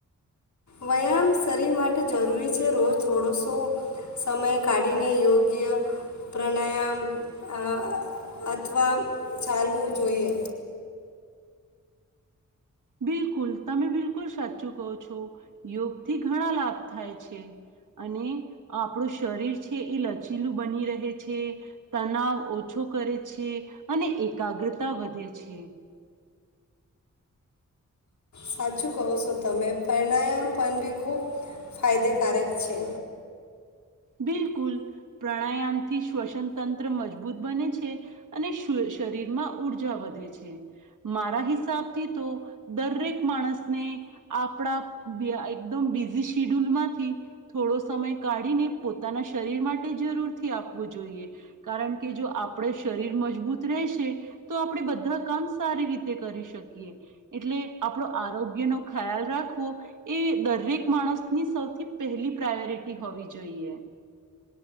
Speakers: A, on the left (about 65°); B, on the right (about 75°).
A: વ્યાયામ શરીર માટે જરૂરી છે. રોજ થોડો સો સમય કાઢીને યોગ્ય પ્રાણાયામ અહ અથવા ચાલવું જોઈએ.
B: બિલકુલ. તમે બિલકુલ સાચું કહો છો. યોગથી ઘણા લાભ થાય છે, અને આપણું શરીર છે એ લચીલું બની રહે છે, તનાવ ઓછો કરે છે અને એકાગ્રતા વધે છે.
A: સાચું કહો સો તમે. પ્રણાયામ પણ બી ખૂબ ફાયદેકારક છે.
B: બિલકુલ. પ્રાણાયામથી શ્વસન તંત્ર મજબૂત બને છે, અને શુ શરીરમાં ઊર્જા વધે છે. મારા હિસાબથી તો દરેક માણસને આપણા એકદમ બિઝી શિડ્યુલમાંથી થોડો સમય કાઢીને પોતાના શરીર માટે જરૂરથી આપવું જોઈએ, કારણ કે જો આપડ શરીર મજબૂત રહેશે, તો આપણે બધા કામ સારી રીતે કરી શકીએ. એટલે આપણો આરોગ્યનો ખ્યાલ રાખવો એ દરેક માણસની સૌથી પહેલી પ્રાયોરિટી હોવી જ જોઈએ.